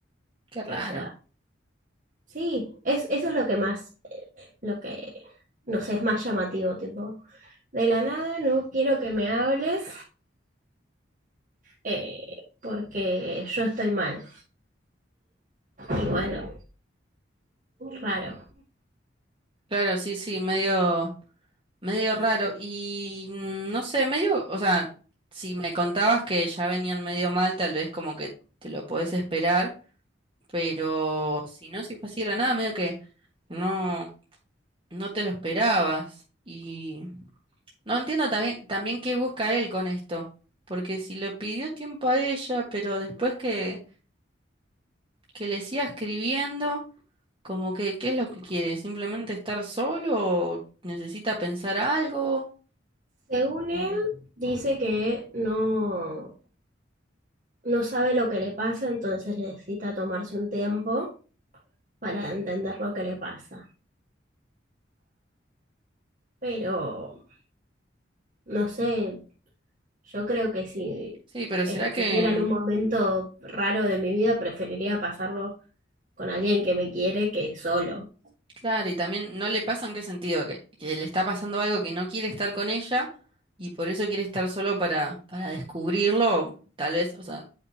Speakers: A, on the right (about 25°); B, on the right (about 45°).
A: Qué raro.
B: o sea, sí, es, eso es lo que más, eh, lo que, no sé, es más llamativo, tipo, de la nada no quiero que me hables eh, porque yo estoy mal. Y bueno, raro.
A: Claro, sí, sí, medio, medio raro. Y mm, no sé, medio, o sea, si me contabas que ya venían medio mal, tal vez como que te lo podés esperar. Pero si no, si fue así de la nada, medio que no, no te lo esperabas. Y no entiendo también, también qué busca él con esto. Porque si lo pidió tiempo a ella, pero después que, que le siga escribiendo, como que, ¿qué es lo que quiere? ¿Simplemente estar solo o necesita pensar algo?
B: Según él,
A: Mm.
B: dice que no, no sabe lo que le pasa, entonces necesita tomarse un tiempo para entender lo que le pasa. Pero, no sé, yo creo que si
A: Sí, pero
B: estuviera
A: ¿será que
B: en un momento raro de mi vida, preferiría pasarlo con alguien que me quiere que solo.
A: Claro, y también no le pasa en qué sentido, que, que le está pasando algo que no quiere estar con ella y por eso quiere estar solo para, para descubrirlo, tal vez, o sea,